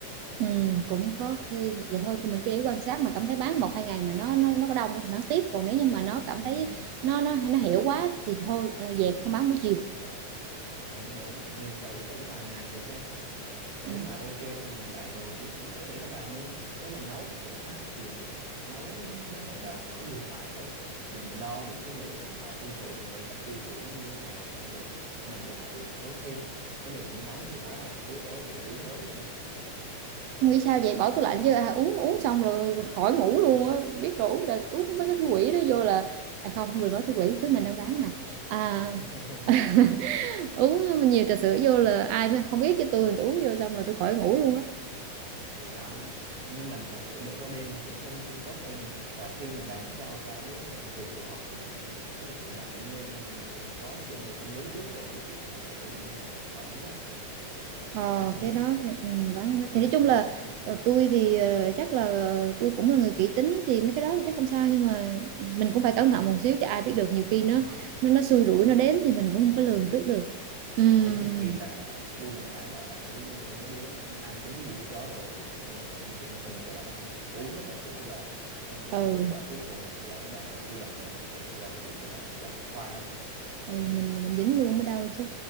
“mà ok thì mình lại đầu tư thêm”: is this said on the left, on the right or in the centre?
Right